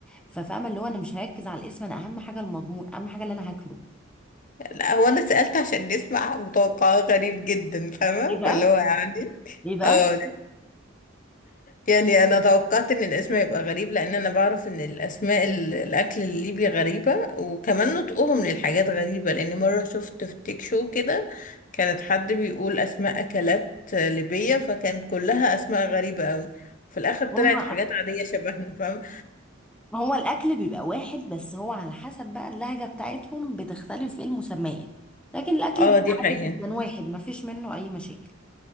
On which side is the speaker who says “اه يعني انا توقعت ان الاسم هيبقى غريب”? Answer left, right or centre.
Left